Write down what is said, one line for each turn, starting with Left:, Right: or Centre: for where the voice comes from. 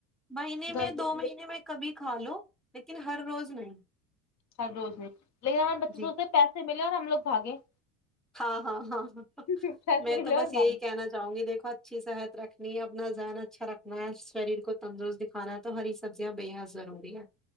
Centre: مہینے
Left: گھر
Centre: میں دو مہینے میں کبھی کھا لو لیکن ہر روز نہیں
Left: ہر روز نہیں لیکن ہمار بچے
Centre: جی
Left: سوچتے پیسے ملے اور ہم لوگ بھاگے <inaudible>
Centre: ہاں ہاں ہاں ہاں
Left: پیسے
Centre: میں
Left: ملے
Centre: تو
Left: اور
Centre: بس یہی
Left: بھاگے
Centre: کہنا چاہوں گی دیکھو اچھی صحت رکھے <inaudible> نہیں اپنا ذہن اچھا رکھنا ہے شریر کو تندرست دکھانا ہے تو ہری سبزیاں بےحد ضروری ہے